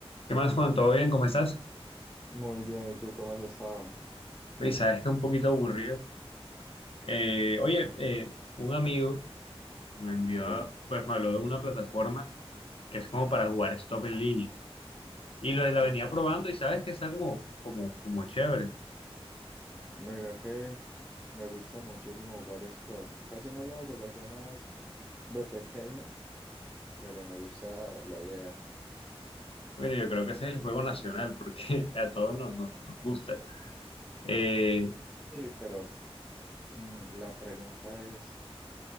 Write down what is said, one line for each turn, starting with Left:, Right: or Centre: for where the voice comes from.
Left: ¿Qué más, Juan? ¿Todo bien? ¿Cómo estás?
Centre: Muy bien, ¿y tú cómo has estado?
Left: Oye, sabes que es un poquito aburrido. Eh,
Centre: Pues,
Left: oye,
Centre: Sí,
Left: eh, un amigo me envió,
Centre: Sí,
Left: a- pues me habló de una plataforma que es como para jugar stop en línea. Y lo, la
Centre: ok.
Left: venía probando y sabes que está como, como, como chévere.
Centre: Mira que me gusta muchísimo jugar stop. Casi no lo hago, lo hacía más de pequeño, pero me gusta la idea.
Left: Bueno, yo creo que ese es el juego nacional porque <laughs> a todos nos, nos, nos gusta. Eh,
Centre: Sí, pero mm, la pregunta es,